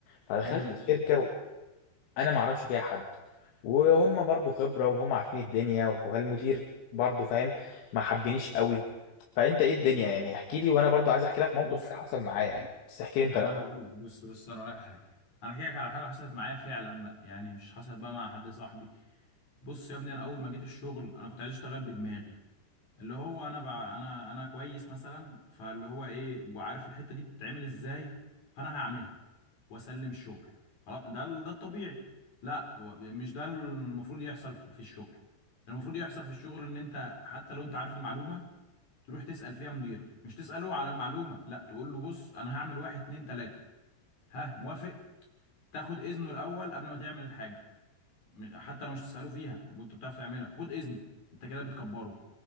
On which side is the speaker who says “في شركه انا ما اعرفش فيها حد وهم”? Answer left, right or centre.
Left